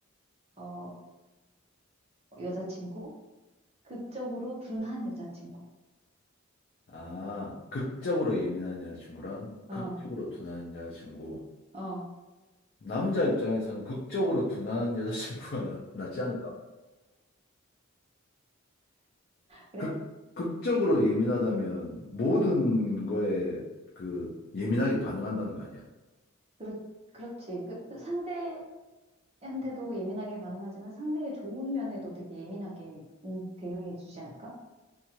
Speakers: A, on the right; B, on the left.
A: 어, 여자친구, 극적으로 둔한 여자친구.
B: 아, 극적으로 예민한 여자친구랑
A: 어,
B: 극적으로 둔한 여자친구.
A: 어,
B: 남자 입장에서는 극적으로 둔한 여자친구가 나, 낫지 않을까?
A: 그래?
B: 극, 극적으로 예민하다면 모든 거에 그 예민하게 반응한다는 거 아니야?
A: 그렇, 그렇지. 그, 그 상대, 한테도 예민하게 반응하지만 상대의 좋은 면에도 되게 예민하게 음, 대응해 주지 않을까?